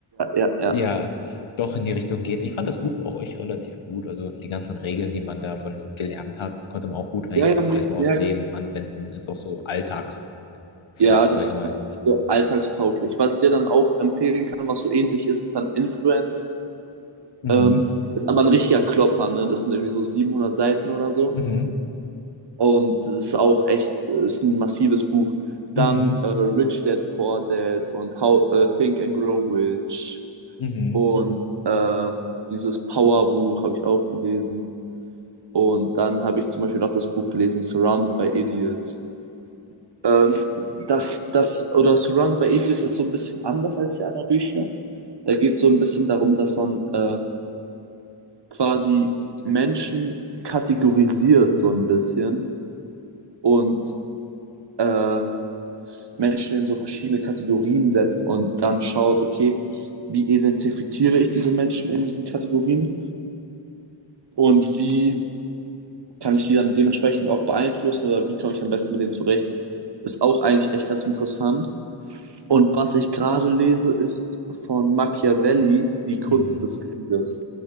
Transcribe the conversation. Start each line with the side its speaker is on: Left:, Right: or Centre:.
Right: ja, ja.
Left: ja, doch in die Richtung geht. Ich fand das Buch auch echt relativ gut. Also die ganzen Regeln, die man davon gelernt hat, konnte man auch gut eigentlich,
Right: Ja, ja,
Left: sag
Right: me-
Left: ich mal, aufs
Right: ja.
Left: Leben anwenden. Ist auch so Alltagsstuff,
Right: ja
Left: sag
Right: das
Left: ich
Right: ist
Left: mal.
Right: so alltagstauglich. Was ich dir dann auch empfehlen kann, was so ähnlich ist, ist dann Influence.
Left: Mhm,
Right: Ähm, ist aber ein richtiger Klopper, ne? Das sind irgendwie so 700 Seiten oder so.
Left: mhm,
Right: Und es ist auch echt, ist ein massives Buch.
Left: mhm,
Right: Dann äh, Rich Dad Poor Dad und How äh, Think and Grow Rich
Left: mhm,
Right: und äh, dieses Power Buch habe ich auch gelesen. Und dann habe ich zum Beispiel auch das Buch gelesen, Surrounded by Idiots. Ähm, das, das, oder Surrounded by Idiots ist so ein bisschen anders als die anderen Bücher. Da geht es so ein bisschen darum, dass man äh, quasi Menschen kategorisiert, so ein bisschen. Und äh, Menschen in so verschiedene Kategorien setzt und dann schaut, okay, wie identifiziere ich diese Menschen in diesen Kategorien und wie kann ich die dann dementsprechend auch beeinflussen oder wie komme ich am besten mit denen zurecht, ist auch eigentlich echt ganz interessant. Und was ich gerade lese, ist von Machiavelli, Die Kunst
Left: mhm,
Right: des Krieges.